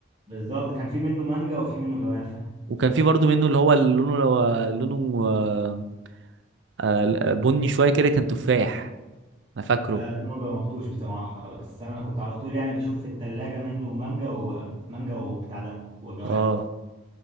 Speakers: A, on the right; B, on the right.
A: بالظبط كان في منه مانجا وفي منه جوافه
B: وكان في برضه منه اللي هو اللي لونه لو- لونه آه، آه، بني شوية كده كان تفاح انا فاكره
A: آه، ده ما جربتوش بصراحه بس انا كنت على طول يعني بشوف في الثلاجه منه مانجا ومانجا وبتاع ده وجوافه
B: اه